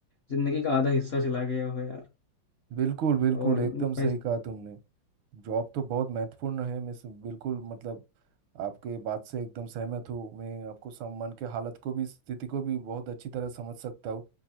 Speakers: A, on the left; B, on the right.
A: जिंदगी का आधा हिस्सा चला गया हो यार
B: बिल्कुल बिल्कुल
A: और
B: एकदम सही
A: वैसे-
B: कहा तुमने जॉब तो बहुत महत्वपूर्ण है मैं सु- बिल्कुल मतलब आपके बात से एकदम सहमत हूँ मैं आपको सम मन के हालत को भी स्थिति को भी बहुत अच्छी तरह समझ सकता हूँ